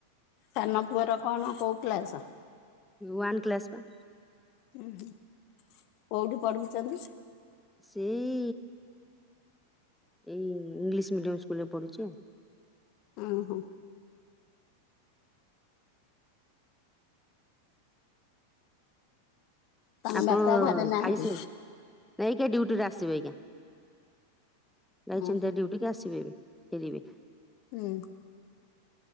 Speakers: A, on the left; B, in the centre.
A: ତାନା ପୁରର କଣ କୋଉ କ୍ଲାସ?
B: ୱାନ୍ କ୍ଲାସ୍ ପା।
A: ହୁଁ କୋଉଠି ପଢୁଛନ୍ତି।
B: ସେଇ ଏଇ ଇଂଲିଶ ମିଡିୟମ ସ୍କୁଲରେ ପଢୁଛି ଆଉ।
A: ଓହୋ। ତାଙ୍କ
B: ଆପଣ
A: ବାପା ଘରେ ନାହାନ୍ତି?
B: ଖାଇସ ନାଇକି ଡୁଟିରେ ଆସିବେ ଆଜ୍ଞା ଯାଇଛନ୍ତି
A: ଉଁ ହୁଁ
B: ଡୁଟିକି ଆସିବେ ବି। ଫିଲିମି।
A: ହୁଁ।